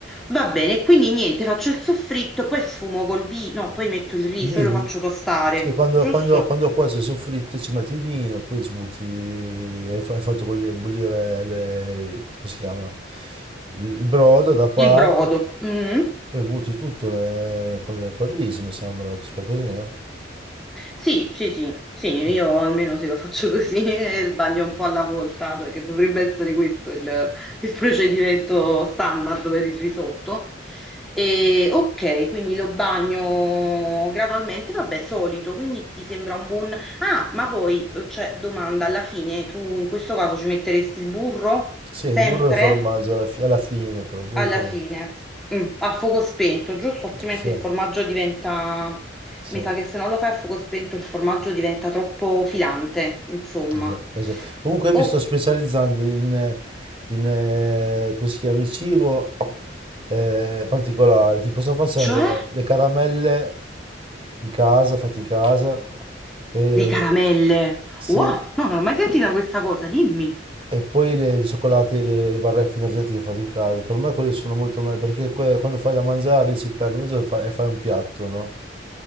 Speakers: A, in the centre; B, on the right.
A: Va bene, quindi niente, faccio il soffritto, poi sfumo col vino, poi metto il riso
B: Il vino,
A: e lo faccio tostare,
B: sì, quando,
A: giusto?
B: quando, quando cuoce il soffritto ci metti il vino, poi ci butti, hai fa- hai fatto col- bollire, le- come si chiama? il il brodo da parte.
A: Il brodo. mm.
B: Poi butti tutto nel- col, col riso, mi sembra che si fa così, no?
A: Sì, sì, sì, sì,
B: Eh.
A: io almeno se lo faccio così <laughs> e sbaglio un po' alla volta, cioè che dovrebbe essere questo il, il procedimento standard per il risotto. E, ok, quindi lo bagno gradualmente, vabbè, solito, quindi ti sembra un buon... Ah, ma poi, eh, cioè, domanda, alla fine tu in questo caso ci metteresti il burro?
B: Sì, il
A: Sempre?
B: burro e il formaggio alla, fi- alla fine, però, burro
A: alla
B: e formaggio.
A: fine, Mm, a fuoco spento, giusto? Altrimenti
B: Sì,
A: il formaggio diventa,
B: sì,
A: mi sa che se non lo fai a fuoco spento il formaggio diventa troppo filante, insomma.
B: esa- esatto. Comunque io
A: Oh,
B: mi sto specializzando in, eh, in, eh, come si chiama, in cibo eh, particolare. Tipo sto facendo
A: cioè
B: le caramelle in casa, fatte in casa, e
A: le caramelle.
B: sì,
A: Wow, no, non ho mai sentita questa cosa, dimmi.
B: E poi le, le cioccolate, le, le barrette energetiche fatte in casa, per me quelle sono molto meglio perché que- quando fai da mangiarli ci perdi mezz'ora e fa- e fai un piatto, no?